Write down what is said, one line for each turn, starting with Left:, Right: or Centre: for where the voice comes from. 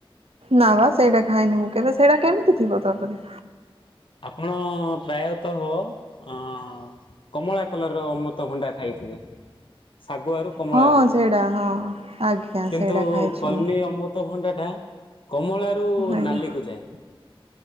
Right: ନାଁ ବା ସେଇଟା ଖାଇନି ମୁଁ କେବେ ସେଇଟା କେମିତି ଥିବ ତପରେ?
Left: ଆପଣ ପ୍ରାୟତଃ ଅଁ କମଳା କଲରର ରମୃତ ଭଣ୍ଡା ଖାଇଥିବେ ଶାଗୁଆରୁ କମଳା
Right: ହଁ
Left: ହୁଏ
Right: ସେଇଟା ହଁ ଆଜ୍ଞା
Left: କିନ୍ତୁ
Right: ସେଇଟା ଖାଇଛି
Left: କଲମୀ
Right: ମୁଁ
Left: ଅମୁ ତ ଭଣ୍ଡାଟା କମଳାରୁ
Right: ଆଜ୍ଞା
Left: ନାଲିକୁ ଯାଏ।